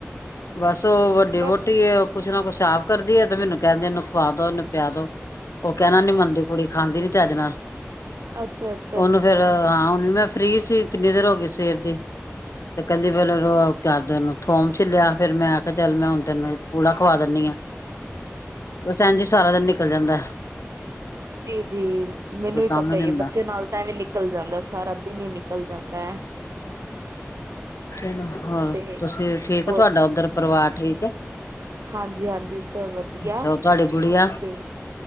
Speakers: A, on the left; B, on the right.
A: ਬਸ ਉਹ ਵੱਡੀ
B: ਬਸ
A: ਵਹੁਟੀ ਏ ਕੁਛ ਨਾ ਕੁਛ ਆਪ ਕਰਦੀ ਏ ਤੇ ਮੈਨੂੰ ਕਹਿੰਦੀ ਇਹਨੂੰ ਖਵਾ ਦੋ ਇਹਨੂੰ ਪਿਆ ਦੋ। ਉਹ ਕਹਿਣਾ ਨੀ ਮੰਨਦੀ ਕੁੜੀ ਖਾਂਦੀ ਨੀ ਚਜ ਨਾਲ
B: ਅੱਛਾ ਅੱਛਾ
A: ਉਹਨੂੰ
B: ਅੱਛਾ
A: ਫੇਰ ਹਾਂ ਹੁਣ ਵੀ ਮੈਂ ਫ੍ਰੀ ਸੀ ਕਿੰਨੀ ਦੇਰ ਹੋ ਗਈ ਸਵੇਰ ਦੀ। ਤੇ ਕਹਿੰਦੀ ਫੇਰ ਕਰਦੇ ਨੂੰ ਥੋਮ ਛਿੱਲਿਆ ਫੇਰ ਮੈਂ ਕਿਹਾ ਚੱਲ ਮੈਂ ਹੁਣ ਤੈਨੂੰ ਪੂੜਾ ਖਵਾ ਦਿੰਨੀ ਆਂ।
B: ਹ। <unintelligible> <inaudible>
A: ਬਸ ਐਂਜੀ ਸਾਰਾ ਦਿਨ ਨਿਕਲ ਜਾਂਦੈ
B: ਜੀ ਜੀ ਮੈਨੂੰ ਵੀ
A: ਕੰਮ
B: ਪਤਾ ਹੀ
A: ਨੀ ਹੁੰਦਾ
B: ਏ ਬੱਚੇ ਨਾਲ ਤਾਂ ਐਵੇਂ ਨਿਕਲ ਜਾਂਦੈ ਸਾਰਾ ਦਿਨ ਹੀ ਨਿਕਲ ਜਾਂਦੈ
A: ਚ ਹੋਰ
B: ਤੇ
A: ਤੁਸੀਂ ਠੀਕ
B: ਹੋਰ
A: ਹੋ ਤੁਹਾਡਾ ਉੱਧਰ ਪਰਿਵਾਰ ਠੀਕ ਹੈ।
B: ਹਾਂਜੀ ਹਾਂਜੀ ਸਭ ਵਧੀਆ
A: ਅੱਛਾ ਉਹ ਤੁਹਾਡੀ ਗੁੜੀਆ
B: ਤੇ